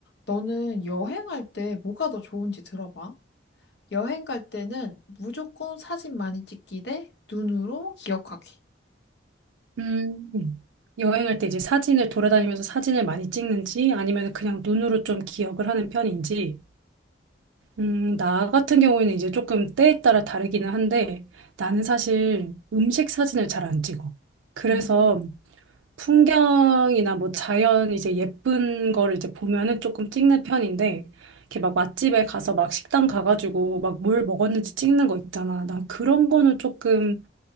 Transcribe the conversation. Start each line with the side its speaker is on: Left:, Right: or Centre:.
Left: 너는 여행할 때 뭐가 더 좋은지 들어봐. 여행 갈 때는 무조건 사진 많이 찍기 대 눈으로 기억하기.
Right: 음. 여행할 때 이제 사진을 돌아다니면서 사진을 많이 찍는지 아니면 그냥 눈으로 좀 기억을 하는 편인지, 음, 나 같은 경우에는 이제 조금 때에 따라 다르기는 한데 나는 사실 음식 사진을 잘 안 찍어. 그래서
Left: 음.
Right: 풍경이나 뭐 자연 이제 예쁜 거를 이제 보면은 조금 찍는 편인데 이렇게 막 맛집에 가서 막 식당 가가지고 막 뭘 먹었는지 찍는 거 있잖아. 난 그런 거는 조금